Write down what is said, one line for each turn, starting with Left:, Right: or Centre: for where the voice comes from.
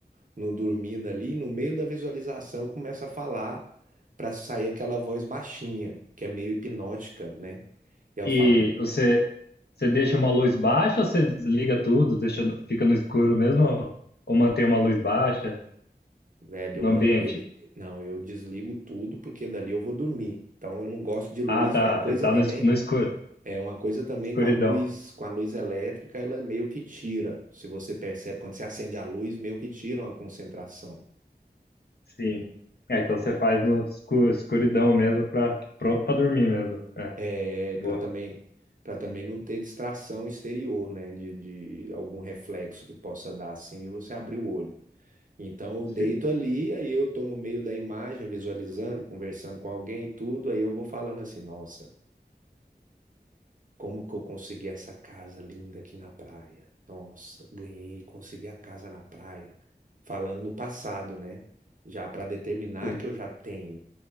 Right: no dormindo ali, no meio da visualização começa a falar para sair aquela voz baixinha, que é meio hipnótica, né? E aí
Left: E
Right: eu falando,
Left: você você deixa uma luz baixa ou você desliga tudo, deixa fica no escuro mesmo ou ou mantém uma luz baixa
Right: velho, eu,
Left: no
Right: man...
Left: ambiente?
Right: eu- não, eu desligo tudo porque dali eu vou dormir. Então eu não gosto de luz,
Left: Ah, tá.
Right: uma coisa
Left: Você tá
Right: também,
Left: no, escu- no escuro,
Right: é uma coisa também
Left: escuridão.
Right: com a luz, com a luz elétrica, ela meio que tira. Se você percebe quando você acende a luz, meio que tira uma concentração.
Left: Sim. É, então você faz no escu- escuridão mesmo, pra, pronto pra dormir mesmo. É,
Right: É para
Left: boa.
Right: também para também não ter distração exterior, né? De, de algum reflexo que possa dar assim e você abrir o olho. Então eu
Left: Sim,
Right: deito ali, aí eu tô no meio da imagem, visualizando, conversando com alguém e tudo, aí eu vou falando assim, nossa, como que eu consegui essa casa linda aqui na praia? Nossa, ganhei, consegui a casa na praia. Falando no passado, né? Já para determinar
Left: sim.
Right: que eu já tenho.